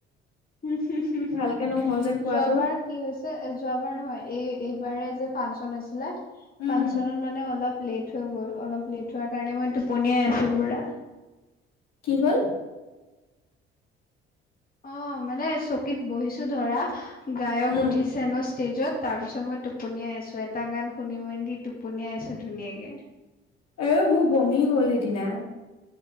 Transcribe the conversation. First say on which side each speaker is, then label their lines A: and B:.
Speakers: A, on the left; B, on the left.
A: যোৱাবাৰ
B: ভালকে নহ'ল যে খোৱাটো
A: কি হৈছে যে যোৱাবাৰ নহয় এই এইবাৰে যে ফাংচন আছিলে
B: উম
A: ফাংচনত মানে অলপ লেট হৈ গ'ল অলপ লেট হোৱাৰ কাৰণে মই টোপনিয়াই আছো পুৰা।
B: কি হ'ল?
A: অ মানে চকীত বহিছো ধৰা গায়ক
B: উম
A: উঠিছে ন ষ্টেজত তাৰ পিছত মই টোপনিয় আছো এটা গান শুনি মেদি টোপনিয়াই আছো ধুনীয়াকে।
B: এ মোৰ বমি হ'ল সেইদিনা।